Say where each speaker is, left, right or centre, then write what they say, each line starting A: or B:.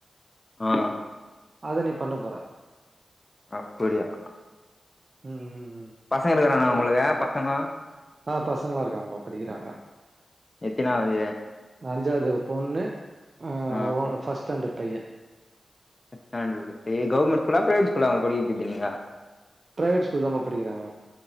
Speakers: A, on the left (about 30°); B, on the right (about 45°).
A: அ
B: அத நீ பண்ண போற
A: அப்புடியா
B: ம் ம் ம்
A: பசங்க இருக்கிறானா
B: வெறு
A: உங்ளுக்கு பசங்க
B: ஆ பசங்ளா இருக்காங்கப்பா படிக்றாங்க
A: எத்தினாவது
B: அஞ்சாவது பொண்ணு அ
A: ஆ
B: அ ஃபஸ்ட் ஸ்டாண்டர்ட் பையே
A: <unintelligible> கவ்ர்மெண்ட் ஸ்கூலா பிரைவேட் க்கூல்லா படிக்க வைக்றது நீங்க
B: பிரைவேட் ஸ்கூல்தாப்பா படிக்றாங்க